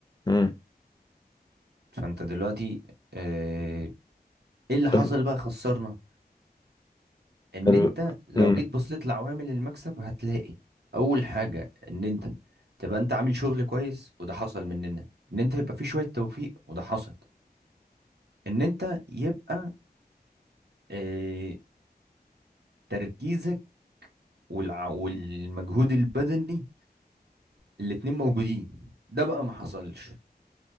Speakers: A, on the left; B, on the right.
A: مم.
B: فانت دلوقتي اه... ايه اللي حصل
A: بس
B: بقى خسرنا ان
A: ال...
B: انت لو
A: مم.
B: جيت بصيت لعوامل المكسب هتلاقي اول حاجه ان انت تبقى انت عامل شغل كويس وده حصل مننا ان انت يبقى في شويه توفيق وده حصل ان انت يبقى اه... تركيزك والع... والمجهود البدني الاتنين موجودين ده بقى ما حصلش